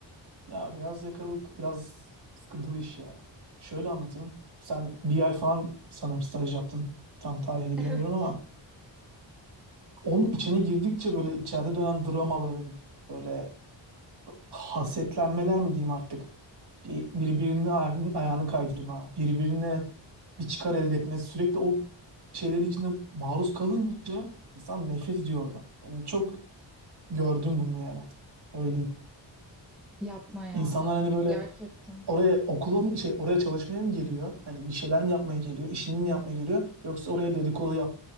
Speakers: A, on the right; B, in the centre.
A: Ya beyaz yakalık biraz sıkıntılı iş ya. Şöyle anlatayım. Sen bir ay falan sanırım staj yaptın. Tam tarihini
B: <laughs>
A: bilemiyorum
B: Evet.
A: ama onun içine girdikçe böyle içeride dönen dramaların böyle hasetlenmeler mi diyeyim artık. bir- birbirine ay- ayağını kaydırma, birbirine bir çıkar elde etme, sürekli o şeylerin içinde maruz kalınca insan nefret ediyor orada. Ben çok gördüm bunu yani. Öyle diyeyim.
B: Yapma ya.
A: İnsanlar hani böyle
B: Gerçekten.
A: oraya okula mı şey oraya çalışmaya mı geliyor? Hani bir şeyler mi yapmaya geliyor? İşini mi yapmaya geliyor? Yoksa oraya dedikodu yap.